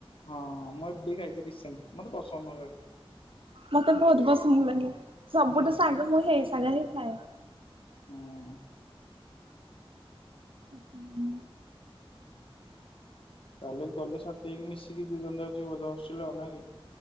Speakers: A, on the left; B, on the right.
A: ହଁ ମୁଁ ଏବେ ଖାଇଚି ରିସେଣ୍ଟ ମତେ ପସନ୍ଦ ନୁହେଁ ସେଇଟା।
B: ମତେ ବହୁତୁ ପସନ୍ଦ ଲାଗେ ସବୁଠୁ
A: ହୁଁ
B: ସାଙ୍ଗ ମୁଁ ହେଇ ଶାଗ ହିଁ ଖାଏ।
A: ହୁଁ।
B: <unintelligible>
A: ତାହେଲେ ଗଲେ ସାଥି ହେଇକି ମିଶିକି ଦିଇ ଜଣ ଯାକ ଯିବ ହଷ୍ଟେଲ ନା କି?